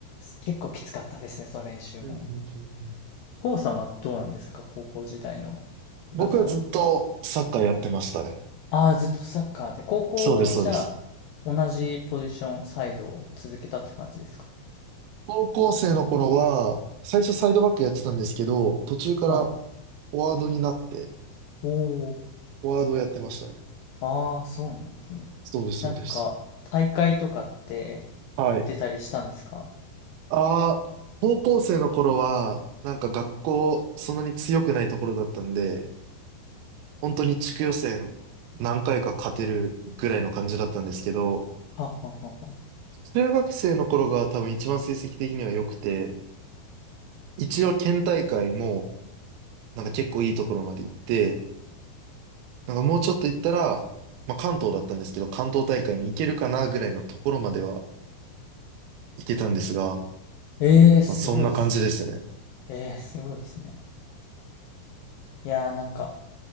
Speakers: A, on the left (about 75°); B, on the right (about 80°).
A: 結構きつかったですね、その練習も。
B: うんうんうんうん
A: コウさんはどうなんですか、高校時代の部活は。
B: 僕はずっとサッカーやってましたね。
A: ああ、ずっとサッカーで、高校じゃあ、
B: そうです、そうです。
A: 同じポジション、サイドを続けたって感じですか。
B: 高校生の頃は、最初サイドバックやってたんですけど、途中から
A: はい。
B: フォワードになって、
A: おお。
B: フォワードをやってましたね。
A: ああ、そうなんですね。
B: そうです、そうです。
A: なんか、大会とかって
B: はい。
A: 出たりしたんですか
B: ああ、高校生の頃は、なんか学校、そんなに強くないところだったんで、本当に地区予選何回か勝てるぐらいの感じだったんですけど、
A: はあ、はあはあはあ、
B: 中学生の頃が多分一番成績的には良くて、一応県大会も、なんか結構いいところまで行って、なんかもうちょっと行ったら、まあ、関東だったんですけど、関東大会に行けるかなぐらいのところまでは行けたんですが、
A: ええすごいですね。
B: まあ、そんな感じですね。
A: ええすごいですね。いやー、なんか、